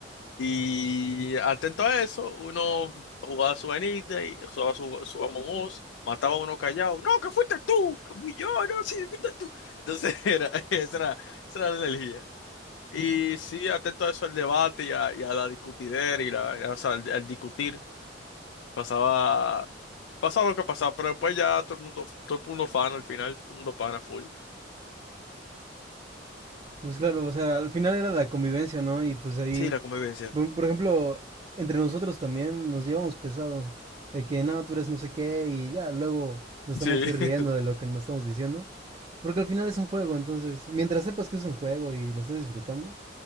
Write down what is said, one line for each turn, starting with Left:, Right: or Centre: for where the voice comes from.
Left: Y atento a eso, uno jugaba su vainita y jugaba su, su Among Us, mataba a uno callado. No, que fuiste tú, que fui yo, no, sí, fuiste tú. Entonces <laughs> era, esa era, esa era la energía. Y sí, atento a eso al debate y a, y a la discutidera y la, y, a- o sea, al, al discutir. Pasaba, pasaba lo que pasaba, pero después ya todo el mundo, todo el mundo fan al final, todo el mundo pana full.
Right: Pues claro, o sea, al final era la convivencia, ¿no? Y pues ahí
Left: Sí, la convivencia.
Right: Por por ejemplo, entre nosotros también nos llevamos pesado. De que no, tú eres no sé qué y ya, luego nos estamos
Left: Sí.
Right: ahí riendo
Left: <laughs>
Right: de lo que nos estamos diciendo. Porque al final es un juego, entonces, mientras sepas que es un juego y lo estás disfrutando,